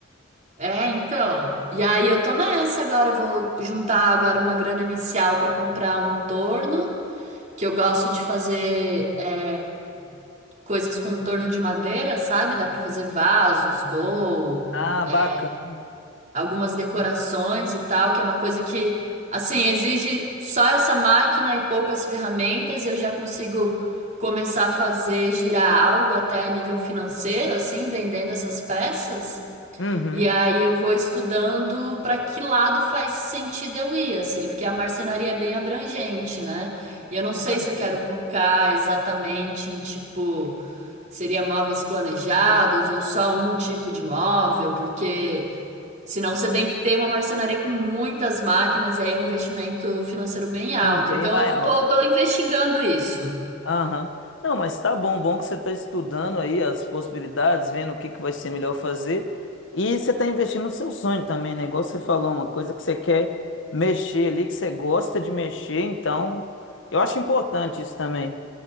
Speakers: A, on the right; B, on the left.
A: É, então. E aí eu tô nessa agora, eu vou juntar agora uma grana inicial pra comprar um torno, que eu gosto de fazer é, coisas com um torno de madeira, sabe? Dá pra fazer vasos, bowl,
B: Ah,
A: é,
B: bacana.
A: algumas decorações e tal, que é uma coisa que, assim, exige só essa máquina e poucas ferramentas, e eu já consigo começar a fazer girar algo até a nível financeiro, assim, vendendo essas peças.
B: Uhum.
A: E aí eu vou estudando para que lado faz sentido eu ir, assim, porque a marcenaria é bem abrangente, né? E eu não sei
B: Com razão.
A: se eu quero focar exatamente em tipo, seria móveis planejados ou só um tipo de móvel, porque senão você tem que ter uma marcenaria com muitas máquinas e aí é um investimento financeiro bem alto.
B: Sim, bem
A: Então
B: maior.
A: eu tô, tô investigando isso.
B: Aham. Não, mas tá bom, bom que você está estudando aí as possibilidades, vendo o que que vai ser melhor fazer. E você está investindo no seu sonho também, né? Igual você falou, uma coisa que você quer mexer ali, que você gosta de mexer, então eu acho importante isso também.